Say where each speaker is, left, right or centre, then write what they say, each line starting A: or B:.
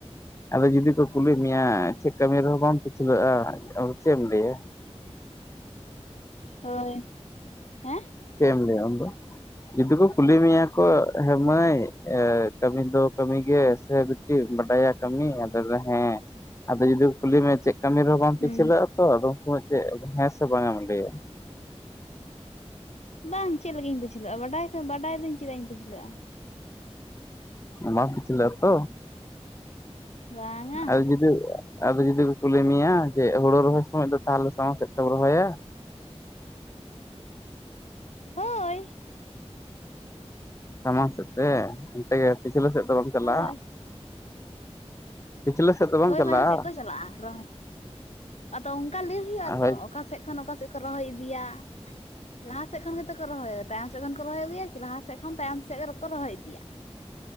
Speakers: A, on the left (about 25°); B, on the left (about 80°).
A: ᱟᱫᱚ ᱡᱩᱫᱤ ᱠᱚ ᱠᱩᱞᱤ ᱢᱮᱭᱟ ᱪᱮᱫ ᱠᱟᱹᱢᱤ ᱨᱮᱦᱚᱸ ᱵᱟᱢ ᱴᱷᱤ ᱪᱷᱩᱞᱟᱹᱜᱼᱟ ᱟᱫᱚ ᱪᱮᱫ ᱮᱢ ᱞᱟᱹᱭᱟ
B: ᱦᱳᱭ ᱦᱮᱸ
A: ᱪᱮᱫ ᱮᱢ ᱞᱟᱹᱭᱟ ᱩᱱ ᱫᱚ ᱡᱩᱫᱤ ᱠᱚ ᱠᱩᱞᱤ ᱢᱮᱭᱟ ᱠᱚ ᱦᱮ ᱢᱟᱹᱭ ᱮ ᱠᱟᱹᱢᱤ ᱫᱚ ᱠᱟᱹᱢᱤ ᱜᱮ ᱥᱮ ᱴᱤ ᱵᱟᱰᱟᱭᱟ ᱠᱟᱹᱢᱤ ᱟᱫᱚᱢ ᱞᱟᱹᱭᱟ ᱦᱮᱸ ᱟᱫᱚ ᱡᱩᱫᱤ ᱠᱩᱞᱤ ᱢᱮᱭᱟ ᱪᱮᱜ ᱠᱟᱹᱢᱤ ᱨᱮᱦᱚᱸ ᱵᱟᱢ
B: ᱦᱩᱸ
A: ᱯᱟᱹᱪᱷᱞᱟᱹᱜᱼᱟ ᱛᱚ ᱟᱫᱚ ᱩᱱ ᱥᱚᱢᱚᱭ ᱪᱮᱜ ᱦᱮᱸ ᱥᱮ ᱵᱟᱝᱮᱢ ᱞᱟᱹᱭᱟ
B: ᱵᱟᱝ ᱪᱮᱫ ᱞᱟᱹᱜᱤᱜ ᱤᱧ ᱯᱟᱹᱪᱷᱞᱟᱹᱜᱼᱟ ᱵᱟᱰᱟᱭ ᱠᱷᱟᱱ ᱵᱟᱰᱟᱭ ᱫᱚᱹᱧ ᱪᱮᱫᱟᱜ ᱤᱧ ᱯᱟᱹᱪᱷᱞᱟᱹᱜᱼᱟ
A: ᱵᱟᱢ ᱯᱟᱹᱪᱷᱞᱟᱹᱜᱼᱟ ᱛᱚ
B: ᱵᱟᱝᱟ
A: ᱟᱫᱚ ᱡᱩᱫᱤ ᱟᱫᱚ ᱡᱩᱫᱤ ᱠᱚ ᱠᱩᱞᱤ ᱢᱮᱭᱟ ᱡᱮ ᱦᱩᱲᱩ ᱨᱚᱦᱚᱭ ᱥᱚᱢᱚᱭ ᱫᱚ ᱛᱟᱦᱚᱞᱮ ᱥᱟᱢᱟᱝ ᱥᱮᱫ ᱛᱮᱢ ᱨᱚᱦᱚᱭᱟ
B: ᱦᱳᱭ
A: ᱥᱟᱢᱟᱝ ᱥᱮᱫ ᱛᱮ ᱚᱱᱛᱮᱜᱮ ᱯᱤᱪᱷᱞᱟᱹ ᱥᱮᱜ ᱫᱚ ᱵᱟᱢ ᱪᱟᱞᱟᱜᱼᱟ
B: ᱦᱳᱭ
A: ᱯᱤᱪᱷᱞᱟᱹ ᱥᱮᱫ ᱫᱚ ᱵᱟᱢ
B: ᱦᱳᱭ
A: ᱪᱟᱞᱟᱜᱼᱟ
B: ᱢᱟᱨᱟᱝ ᱥᱮᱜ ᱠᱚ ᱪᱟᱞᱟᱜᱼᱟ ᱨᱚᱦᱚᱭ ᱟᱫᱚ ᱚᱝᱠᱟ ᱞᱟᱹᱭ ᱦᱩᱭᱩᱜᱼᱟ
A: ᱦᱳᱭ
B: ᱛᱚ ᱚᱠᱟ ᱥᱮᱜ ᱠᱷᱚᱱ ᱚᱠᱟ ᱥᱮᱜ ᱠᱚ ᱨᱚᱦᱚᱭ ᱤᱫᱤᱭᱟ ᱞᱟᱦᱟᱥᱮᱜ ᱠᱷᱚᱱ ᱜᱮᱛᱚ ᱠᱚ ᱨᱚᱦᱚᱭᱟ ᱛᱟᱭᱚᱢ ᱥᱮᱜ ᱠᱷᱚᱱ ᱠᱚ ᱨᱚᱦᱚᱭ ᱟᱹᱜᱩᱭᱟ ᱠᱤ? ᱞᱟᱦᱟ ᱥᱮᱜ ᱠᱷᱚᱱ ᱛᱟᱭᱚᱢ ᱥᱮᱜ ᱜᱮᱠᱚ ᱨᱚᱦᱚᱭ ᱤᱫᱤᱭᱟ᱾